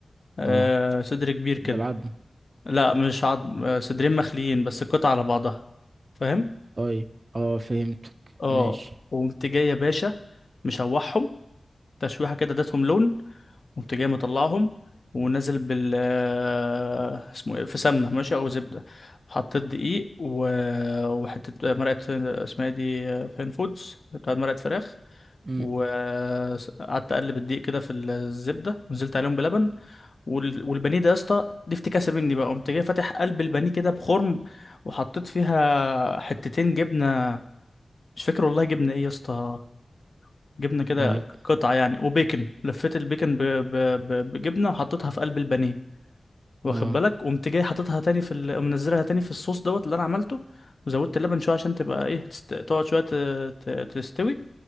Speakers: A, on the left (about 50°); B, on the right (about 45°).
A: آه
B: اه
A: صدر كبير كده
B: بالعظم
A: لا مش عظم صدرين مخليين بس القطع على بعضها فاهم
B: طيب اه فهمتك
A: اه
B: ماشي
A: وقمت جاي يا باشا مشوحهم تشويحه كده اديتهم لون قمت جاي مطلعهم ونازل بال آه، اسمه ايه في سمنه ماشي او زبده حطيت دقيق و... وحته مرقه اسمها ايه دي فين فودز بتاعت مرقه فراخ
B: امم
A: وقعدت اقلب الدقيق كده في الزبده ونزلت عليهم بلبن وال- والبانيه ده يا اسطى دي افتكاسه مني بقى قمت جاي فاتح قلب البانيه كده بخرم وحطيت فيها حتتين جبنه مش فاكر والله جبنه ايه يا اسطى جبنه كده
B: هاي
A: ك- قطعه يعني وبيكن لفيت البيكن ب... ب... ب... بجبنه وحطيتها في قلب البانيه واخد
B: اه
A: بالك قمت جاي حاططها تاني في ال... منزلها تاني في الصوص دوت اللي انا عملته وزودت اللبن شويه عشان تبقى ايه تست... تقعد شويه ت... ت... تستوي